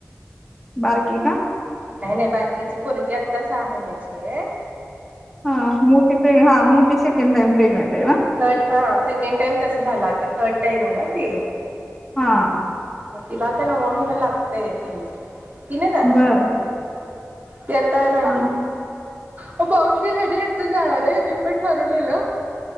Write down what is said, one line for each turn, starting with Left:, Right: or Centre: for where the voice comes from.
Centre: बार की का
Right: नाय नाय बारकीची पोरगी आता सहा महिन्याचीये
Centre: हा मोठी ताई हा मोठी सेकंड टाइम प्रेग्नेंट आहे ना
Right: थर्ड हा सेकंड टाइम तस झाल आता थर्ड टाइम आहे ना ती
Centre: हा
Right: तिला आता नववा महिना लागतय तेवीसला ती नाय जाणार
Centre: बर
Right: येता नाही
Centre: हा हा
Right: म मावशी <unintelligible> इथ जाणारये मी पण ठरवलेल